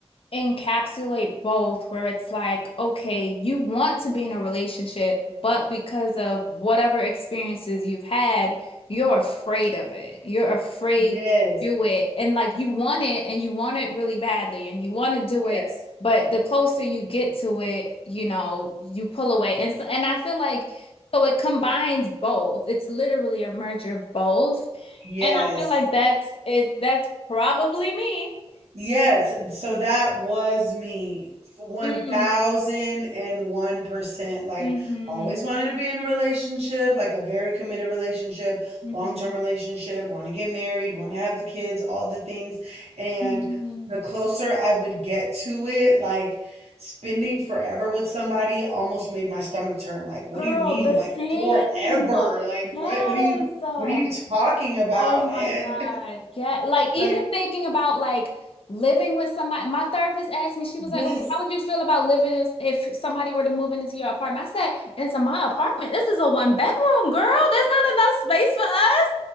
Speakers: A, on the left; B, on the right.
A: encapsulate both where it's like, okay, you want to be in a relationship, but because of whatever experiences you've had, you're afraid of it. You're afraid
B: Yes.
A: to do it. And like you want it and you want it really badly and you want to do
B: Yes.
A: it, but the closer you get to it, you know, you pull away. And so, and I feel like so it combines both. It's literally a merger of both.
B: Yes.
A: And I feel like that's is that's probably me.
B: Yes, so that was me. 1001%.
A: Mm.
B: Like,
A: Mm-hmm.
B: always wanted to be in a relationship, like a very committed relationship,
A: Mm-hmm.
B: long-term relationship, want to get married, want to have the kids, all the things. And
A: hmm
B: the closer I would get to it, like spending forever with somebody almost made my stomach turn. Like, what
A: Girl,
B: do you mean?
A: the Yeah.
B: Like
A: same.
B: forever? Like,
A: Yes.
B: what what are you
A: Uh,
B: what are you talking about?
A: Oh my
B: And
A: God. Yeah. Like even
B: <laughs> like,
A: thinking about like living with somebody. My therapist asked me, she was like,
B: yes.
A: okay, how would you feel about living as, if somebody were to move in into your apartment? I said, into my apartment. This is a one bedroom, girl. There's not enough space for us.